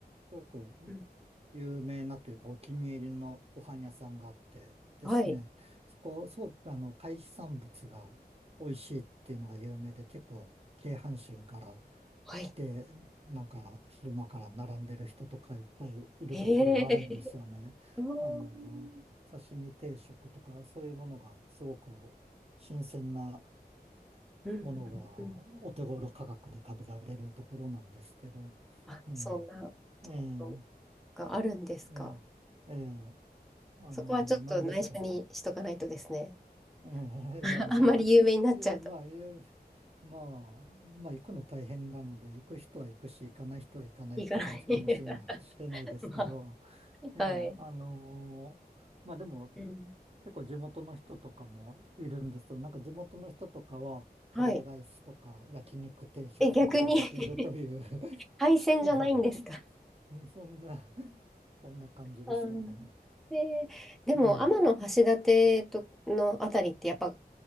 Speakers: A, on the right; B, in the centre.
A: ごく
B: うん
A: 有名なというかお気に入りのご飯屋さんがあってですね、
B: はい。
A: そこ、すごくあの、海産物が美味しいっていうのが有名で、結構、京阪神から
B: はい。
A: 来て、なんか、昼間から並んでる人とかいっぱいいるところがあるんですよね。
B: えー、<laughs> うん、
A: あの、刺身定食とか、そういうものがすごく新鮮な
B: うん、
A: ものがお手頃価格で食べられるところなんですけど、
B: うん。あ、
A: うん、
B: そんなところ
A: ええ
B: があるんですか。
A: ええええあの、
B: そこはちょっと内緒にしとかないとですね。
A: 何ですか。え
B: <laughs>
A: えいや、まあ、
B: あんまり有名になっちゃうと
A: ええまあ、ええまあ、まあ、行くの大変なので、行く人は行くし、行かない人は行かないって感じかもしれない、
B: いかない。<laughs>
A: しれないですけど、
B: ま
A: ええあのまあでも、
B: あ、はい。うん。
A: 結構地元の人とかもいるんですけど、なんか地元の人とかは、カレーライスとか、
B: はい。
A: 焼肉定食とか食べてるという
B: え、逆に
A: <laughs>
B: 海鮮じゃないんですか。
A: あの、そんな、そんな感じでしたね。
B: うん。<laughs> で、でも天橋立とのあたりってやっぱ
A: ええ